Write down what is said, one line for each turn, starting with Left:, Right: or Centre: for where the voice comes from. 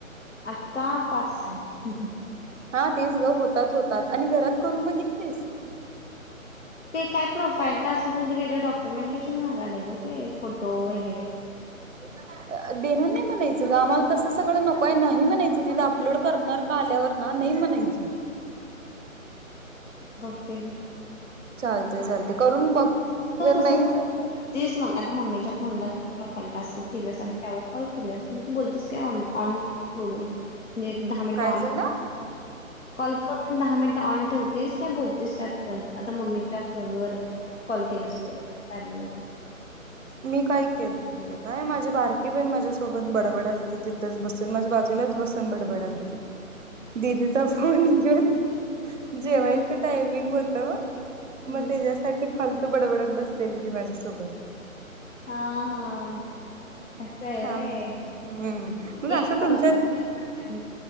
Left: आत्ता पाच झाली ती
Right: हा तेच ग होतात होतात आणि घरात करून बघितलेस
Left: ते काय प्रोफाईल टास्क मध्ये काहीतर डॉक्युमेंटेशन मागालेय ग ते फोटो वगैरे.
Right: <inaudible> देणार नाही म्हणायचं ग आम्हाला तस सगळं नको आहे. नाही म्हणायचं तिथे अपलोड करणार का आल्यावर. ना नाही म्हनायच.
Left: भकत्यी
Right: चालते चालते. करून बघ जर नाही
Left: तसं
Right: ज.
Left: तेच आता मम्मीच्या फोनला तू प्रोफाईल टास्क केलंस आणि त्यावर कॉल केलंस. मग तू बोलतेस काय न ऑन, सोडून. म्हणजे दहा मिनिटं
Right: काय
Left: ऑन
Right: झालं
Left: कॉल करून दहा मिनिटं ऑन ठेवतेस. नाही बोलतेच त्यात्, पण आता मम्मीच्या फोनवर कॉल केलीस तर, कार्यामध्ये
Right: मी काय केलतो माहितय काय माझी बारकी भहिण माझ्यासोबत बडाबडा लती तिथंच बसून माझ्या बाजीऽऽ बाजुलाच बसुन बडबडालती. दिजेचा फोन घेऊन जेवायचं
Left: हम्म
Right: टायमिंग होत.
Left: हम्म
Right: मग त्याच्यासाठी फालतू बडबडत बसलेली ती माझ्यासोबत.
Left: हाऽ हाऽ असं आहे
Right: हा
Left: वय,
Right: हम्म मग
Left: एकच
Right: असं
Left: कॉल
Right: तुमच्यात
Left: केलासक